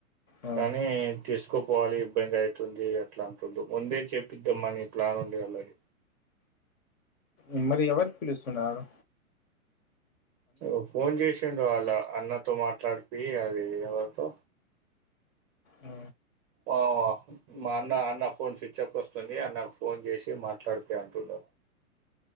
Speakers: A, on the left; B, on the right.
A: ఆ
B: కానీ తీసు కుపోవాలి ఇబ్బంది అయితుంది అట్లా అంటుండు ముందే చేపిద్దాంమని ప్లాన్ ఉండే వాళ్ళది
A: మ్ మరి ఎవరి పిలుస్తున్నారు
B: ఓ ఫోన్ చేసిండు వాళ్ అలా అన్నతో మాట్లాడిపి అది ఎవరితో
A: ఆ,
B: మా మా అన్న అన్న ఫోన్ స్విచ్ అప్ వస్తుంది అన్నకు ఫోన్ చేసి మాట్లాడిపి అంటున్నారు